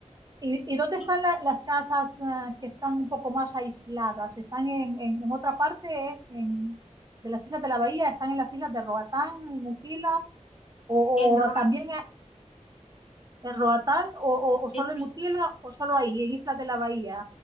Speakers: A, on the right; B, on the left.
A: ¿Y, y dónde
B: sí,
A: están la- las casas ah, que están un poco más aisladas? ¿Están en, en- en otra parte eh, en- de las islas de la bahía? ¿Están en las islas de Roatán, en Utila? ¿O,
B: en Roa,
A: o también en Roatán o, o, o
B: en
A: solo
B: Ro-
A: en Utila o solo ahí, en Islas de la Bahía.